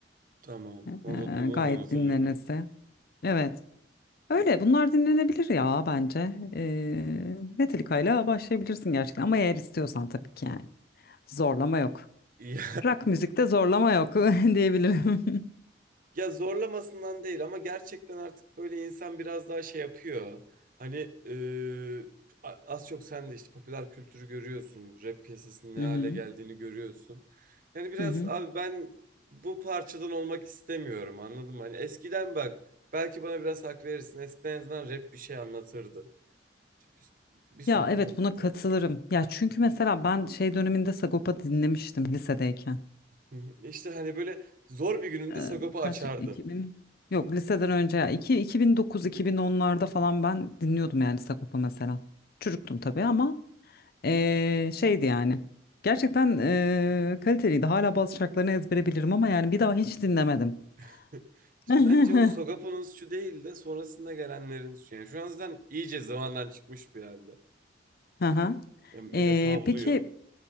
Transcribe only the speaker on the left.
Eee,
gayet
dinlenirse.
Evet. Öyle bunlar dinlenebilir ya bence. Eee Metallica ile başlayabilirsin gerçekten ama eğer istiyorsan tabii ki yani. Zorlama yok.
Rock müzikte zorlama yok <laughs> diyebilirim.
<laughs> Hı
hı.
Hı hı.
Ya evet
buna katılırım. Ya çünkü mesela ben şey döneminde Sagopa dinlemiştim lisedeyken.
Ee,
kaç 2000 yok liseden önce ya 2 2009 2010'larda falan ben dinliyordum yani Sagopa mesela. Çocuktum tabii ama ee, şeydi yani. Gerçekten ee, kaliteliydi. Hala bazı şarkılarını ezbere bilirim ama yani bir daha hiç dinlemedim.
<laughs>
Hı
Ee,
peki